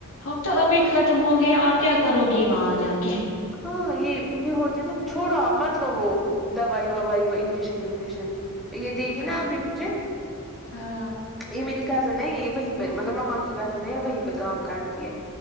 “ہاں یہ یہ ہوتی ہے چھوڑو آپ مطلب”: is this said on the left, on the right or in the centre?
Centre